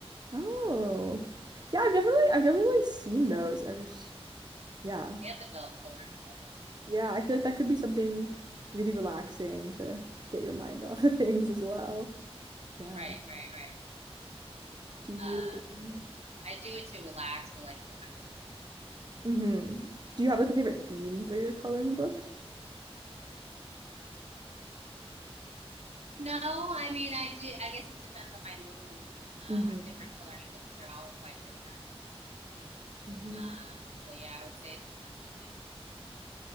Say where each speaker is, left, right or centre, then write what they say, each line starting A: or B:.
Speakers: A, on the right; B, on the right.
A: Oh. Yeah, I've definitely I've definitely seen those. I just yeah.
B: They have adult coloring books.
A: Yeah, I feel like that could be something really relaxing to to get your mind <laughs> off of things as well. Yeah.
B: Right, right,
A: Do you
B: right. Um, I do it to relax or like for my mental. health.
A: hmm Do you have like a favorite theme for your coloring books?
B: No, I mean I do. I guess it depends on my mood. Um,
A: Mm-hmm.
B: I have different coloring books. They're all quite different.
A: Mm-hmm.
B: Um, so yeah, I would say it depends on my.